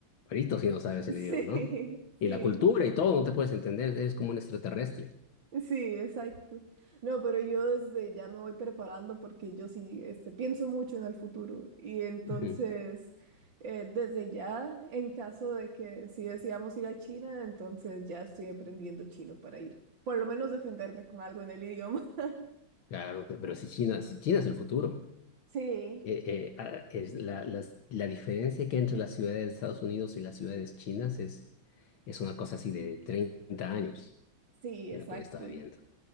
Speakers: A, on the left (about 80°); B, on the right (about 70°).
A: frito si no sabes
B: <laughs>
A: el
B: sí,
A: idioma, ¿no? Y
B: sí.
A: la cultura y todo, no te puedes entender, eres como un extraterrestre.
B: Sí, exacto. No, pero yo desde ya me voy preparando porque yo sí, este, pienso mucho en el futuro y entonces
A: Ujú.
B: eh, desde ya, en caso de que si decidamos ir a China, entonces ya estoy aprendiendo chino para ir, por lo menos defenderme con algo en el idioma. <laughs>
A: Claro, pero si China, si China es el futuro,
B: Sí,
A: Eh, eh, ah, es la, las- la diferencia que hay entre las ciudades de Estados Unidos y las ciudades chinas es, es una cosa así de 30 años,
B: sí,
A: lo
B: exacto.
A: que yo estaba viendo.